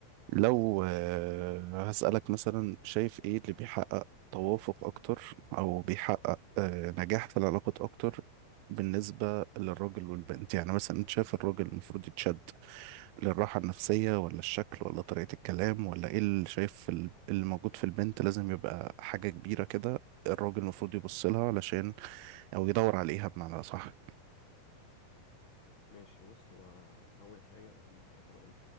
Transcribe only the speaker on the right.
لو آه، هسألك مثلا شايف ايه اللي بيحقق توافق اكتر او بيحقق آه، نجاح في العلاقات اكتر بالنسبة للراجل والبنت يعني مثلا انت شايف الراجل المفروض يتشد للراحة النفسية ولا الشكل ولا طريقة الكلام ولا ايه اللي شايف في ال- اللي موجود في البنت لازم يبقى حاجة كبيرة كده الراجل المفروض يبص لها علشان او يدور عليها بمعنى صح